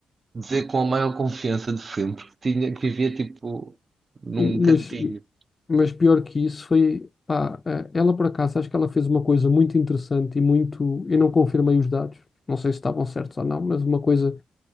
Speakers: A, on the right (about 40°); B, on the left (about 30°).
A: dizer com a maior confiança de sempre que tinha, que vivia, tipo, num
B: Mas,
A: cantinho,
B: Mas pior que isso foi, pá, eh, ela por acaso, acho que ela fez uma coisa muito interessante e muito, eu não confirmei os dados, não sei se estavam certos ou não, mas uma coisa,